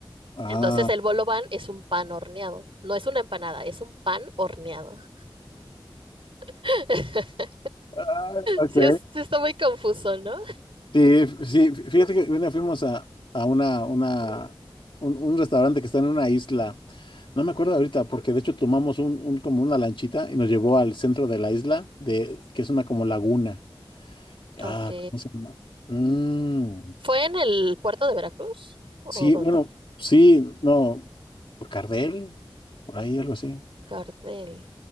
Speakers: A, on the left; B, on the right.
A: Ah,
B: Entonces el bolo ban es un pan horneado. No es una empanada, es un pan horneado. <laughs>
A: ah, ok.
B: Sí, es- sí está muy confuso, ¿no?
A: Sí, sí, fíjate que bueno, fuimos a, a una, una, un, un restaurante que está en una isla. No me acuerdo ahorita, porque de hecho tomamos un, un- como una lanchita y nos llevó al centro de la isla, de, que es una como laguna. Ah,
B: Ok.
A: ¿cómo se llama? Mm,
B: ¿Fue en el puerto de Veracruz? ¿O
A: sí,
B: dónde?
A: bueno, sí, no, Por Cardel, por ahí algo así.
B: Cardel.